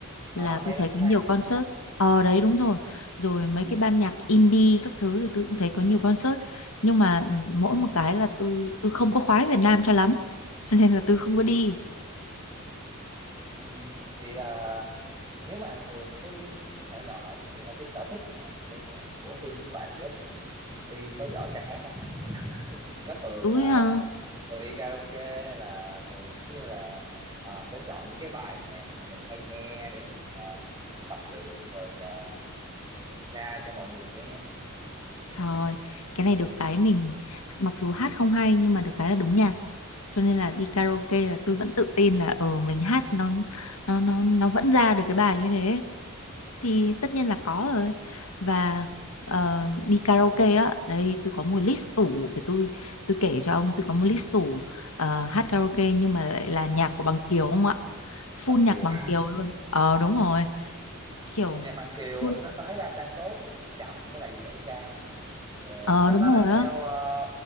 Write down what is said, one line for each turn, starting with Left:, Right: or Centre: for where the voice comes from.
Right: Ờ,
Left: là
Right: Mây
Left: tôi thấy
Right: Lang
Left: có
Right: Thang
Left: nhiều concert ờ đấy đúng rồi rồi mấy cái ban nhạc indie các thứ thì tôi cũng thấy có nhiều concert nhưng mà ừ, mỗi một cái là tôi tôi không có khoái Việt Nam cho lắm <laughs> cho nên là tôi không có đi
Right: Ừm, vậy là nếu mà thường cái thể loại cũng như là cái sở thích mà nghe nhạc của Tiên như vậy á, thì Tiên có giỏi ca hát không? Có thường
Left: tôi
Right: ờ,
Left: à,
Right: thường đi karaoke hay là thường giống như là ờ, sẽ chọn những cái bài nhạc mà mình hay nghe để mình, ờ, mình tập luyện rồi ờ, mình ca cho mọi người nghe.
Left: trời cái này được cái mình mặc dù hát không hay nhưng mà được cái là đúng nhạc cho nên là đi karaoke là tôi vẫn tự tin là ờ ừ, mình hát nó nó nó nó vẫn ra được cái bài như thế thì tất nhiên là có rồi và ờ, đi karaoke á đây tôi có một list tủ để tôi tôi kể cho ông tôi có một list tủ ờ, hát karaoke nhưng mà lại là nhạc của Bằng Kiều không ạ
Right: Bằng
Left: full
Right: Kiều,
Left: nhạc Bằng
Right: <laughs>
Left: Kiều luôn ờ đúng rồi kiểu
Right: nhạc Bằng Kiều
Left: tôi-
Right: tao tao thấy đa, đa số kiểu chậm với lại dễ ca. Ờ,
Left: ờ
Right: nó
Left: đúng
Right: nó
Left: rồi
Right: là
Left: á
Right: theo ờ,